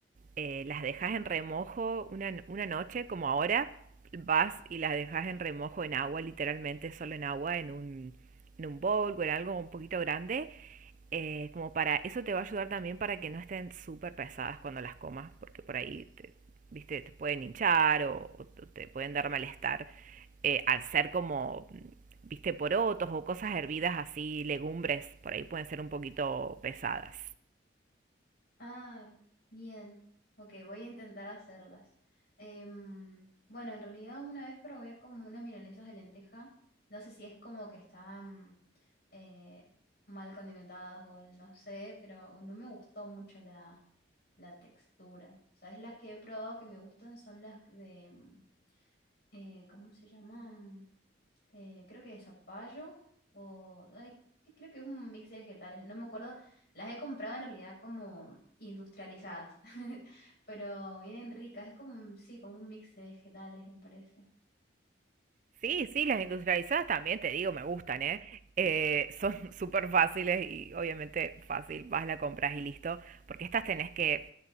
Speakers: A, on the right; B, on the left.
A: Eh, las dejas en remojo una, una noche, como ahora, vas y las dejas en remojo en agua, literalmente solo en agua, en un, en un bowl o en algo un poquito grande, eh, como para eso te va a ayudar también para que no estén súper pesadas cuando las comas, porque por ahí te, viste, te pueden hinchar o, o te pueden dar malestar eh, al ser como, viste, porotos o cosas hervidas así, legumbres, por ahí pueden ser un poquito pesadas.
B: Ah, bien. Ok, voy a intentar hacerlas. Em, bueno, en realidad una vez probé como unas milanesas de lenteja. No sé si es como que están eh, mal condimentadas o no sé, pero no me gustó mucho la, la textura. ¿Sabes? Las que he probado que me gustan son las de, em, eh, ¿cómo se llama? eh, creo que de zapallo o ay, creo que es un mix de vegetales, no me acuerdo. Las he comprado en realidad como industrializadas, <laughs> pero vienen ricas, es como un, sí, como un mix de vegetales, me parece.
A: Sí, sí, las industrializadas también, te digo, me gustan, ¿eh? Eh, son <laughs> súper fáciles y obviamente fácil, vas, la compras y listo, porque estas tenés que,